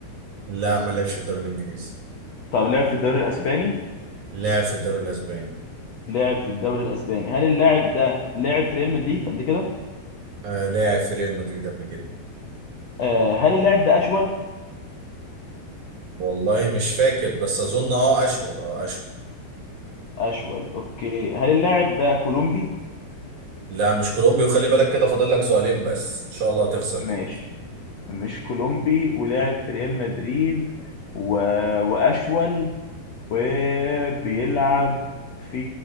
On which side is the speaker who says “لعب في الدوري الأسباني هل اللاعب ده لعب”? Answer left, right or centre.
Left